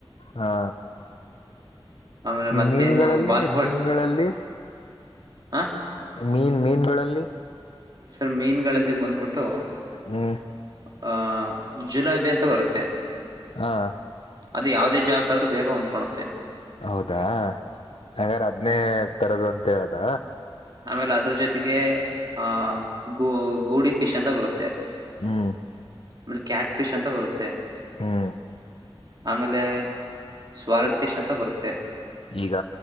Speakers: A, on the left (about 70°); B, on the right (about 45°).
A: ಹಾ
B: ಆಮೇಲೆ
A: ಈ
B: ಮತ್ತೆ
A: ಮೀನುಗಳಲ್ಲಿ
B: ಇನ್ನು ಬಾತುಕೋಳಿ
A: ಮೀನುಗಳಲ್ಲಿ
B: ಹ
A: ಮೀನ್ ಮೀನ್ಗಳಲ್ಲಿ.
B: ಸರ್ ಮೀನ್ಗಳಲ್ಲಿ ಬಂದ್ಬಿಟ್ಟು
A: ಹ್ಮ್
B: ಹಾ ಜುಲಾಬಿ ಅಂತ ಬರುತ್ತೆ.
A: ಹಾ
B: ಅದು ಯಾಾವದೇ ಜಾಗಕ್ ಆದ್ರೂ ಬೇಗ ಹೊಂದ್ಕೊಣತ್ತೆ.
A: ಹೌದಾ ಹಂಗಾರ ಅದನೇ ತರದು ಅಂತ ಹೇಳದ.
B: ಆಮೇಲೆ ಅದ್ರ ಜೊತೆಗೆ ಆ ಗು ಗೂಡಿ ಫಿಶ್ ಅಂತ ಬರುತ್ತೆ
A: ಹ್ಮ್
B: ಆಮೇಲೆ ಕ್ಯಾಟ್ ಫಿಶ್ ಅಂತ ಬರುತ್ತೆ
A: ಹ್ಮ್
B: ಆಮೇಲೆ ಸ್ವರ್ಡ್ ಫಿಶ್ ಅಂತ ಬರುತ್ತೆ.
A: ಈಗ